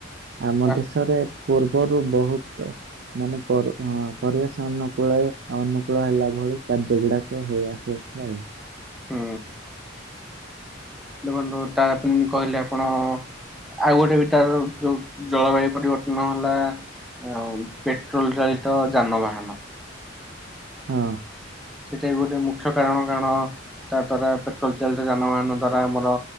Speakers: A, on the right (about 60°); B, in the centre.
A: ଆମ
B: ତା
A: ଦେଶରେ ପୂର୍ବରୁ ବହୁତ ମାନେ ପର ହଁ ପରିବେଶ ଅନୁକୂଳ ଅନୁକୂଳ ହେଲା ଭ ଭଳି କାର୍ଯ୍ଯ ଗୁଡାକ ହେଇ ଆସୁ ଅଛି ଆଉ।
B: ହଁ। ଦେଖନ୍ତୁ ତା ପୁଣି କହିଲେ ଆପଣ ଆଉ ଗୋଟେ ଭି ଟାର ଯୋଉ ଜଳବାୟୁ ପରିବର୍ତ୍ତନ ହେଲା। ଅନ୍ ପେଟ୍ରୋଲ୍ ଚାଳିତ ଯାନବାହନ।
A: ହଁ।
B: ସେଟା ବି ଗୋଟେ ମୁଖ୍ୟ କାରଣ କାରଣ ତା ଦ୍ଵାରା ପେଟ୍ରୋଲ୍ ଚାଳିତ ଯାନବାହାନ ଦ୍ଵାରା ଆମର